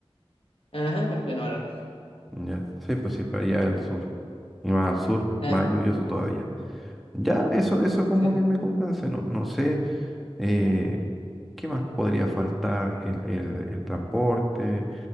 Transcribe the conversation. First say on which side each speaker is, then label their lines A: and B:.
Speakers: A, on the left; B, in the centre.
A: Ajá, en pleno verano.
B: Ya, sí, pues sí, para allá del sur. Y más al sur,
A: Ah,
B: más lluvioso todavía. Ya, eso, eso como
A: sí.
B: que me convence, no, no sé, eh, ¿qué más podría faltar? El, el, el transporte,